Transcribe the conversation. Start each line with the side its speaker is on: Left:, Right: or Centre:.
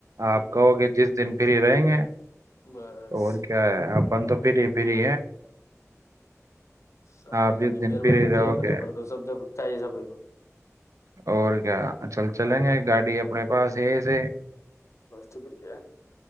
Right: آپ
Left: ہوں،
Right: کہو گے جس دن پری رہیں گے
Left: بس
Right: اور کیا ہے آن تو فری فری
Left: سب
Right: آپ
Left: اللہ
Right: جس
Left: کی
Right: دن
Left: مہربانی
Right: فری
Left: ہوتی
Right: رہو
Left: ہے اپنے
Right: گے
Left: اوپر تو سب جب چاہ سب
Right: اور کیا چل چلیں گے گاڑی اپنے پاس ہےسے
Left: چبک